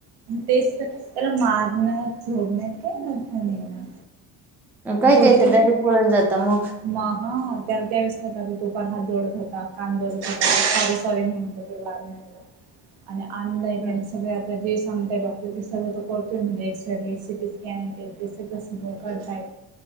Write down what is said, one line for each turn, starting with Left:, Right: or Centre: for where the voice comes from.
Right: तेच तर त्याला मारण झोडण्यात काही अर्थ नाही ना
Centre: काय
Right: तो
Centre: काय
Right: जर
Centre: तर डायरेक्ट पळून जाता मग
Right: हा त्याला त्यावेळेस कर तो हात जोडत होता कान जोडत होता सॉरी सॉरी म्हणत होता आणलाय
Centre: हम्म
Right: त्याने सगळ्यात जे सांगताय डॉक्टर ते सर्व तर करतोय म्हणजे X ray C T scan ते सगळं सगळं करताय.